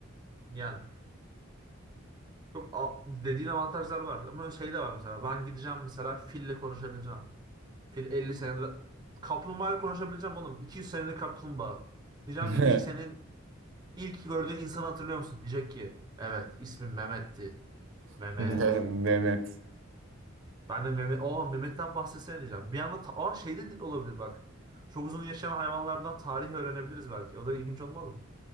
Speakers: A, on the right (about 20°); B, on the right (about 65°).
A: Yani çok a- dediğin avantajlar var ama şey de var mesela ben gideceğim mesela fille konuşabileceğim. Fil 50 senelik kaplumbağayla konuşabileceğim oğlum. 200 senelik kaplumbağa. Diyeceğim
B: <clears throat>
A: ki ilk senin ilk gördüğün insanı hatırlıyor musun? Diyecek ki evet ismim Mehmet'ti. Mehmet.
B: <laughs> Ne- Mehmet.
A: Ben de Mehmet, Aa, Mehmet'ten bahsetsene diyeceğim. Bir anda ta- Aa, şey de olabilir bak. Çok uzun yaşayan hayvanlardan tarih öğrenebiliriz belki. O da ilginç olmaz mı?